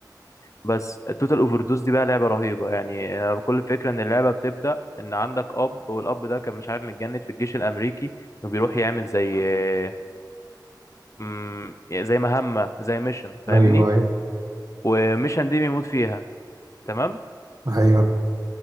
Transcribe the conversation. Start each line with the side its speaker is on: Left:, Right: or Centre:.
Left: بس التوتال اوفر دوز دي بقى لعبه رهيبه يعني آه، كل فكره ان اللعبه بتبدا ان عندك اب والاب ده كان مش عارف متجند في الجيش الامريكي وبيروح يعمل زي آه، مم، يعني زي مهمه زي ميشن فاهمني
Right: ايوه ايوه
Left: وميشن دي بيموت فيها تمام
Right: ايوه